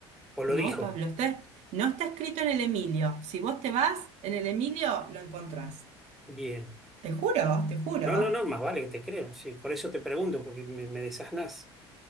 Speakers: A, in the centre; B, on the right.
A: ¿O lo
B: No,
A: dijo?
B: Pablo, está, no está escrito en el Emilio. Si vos te vas, en el Emilio lo encontrás.
A: Bien.
B: Te juro, te juro.
A: No, no, no, más vale que te creo. Sí, por eso te pregunto, porque me, me desasnás.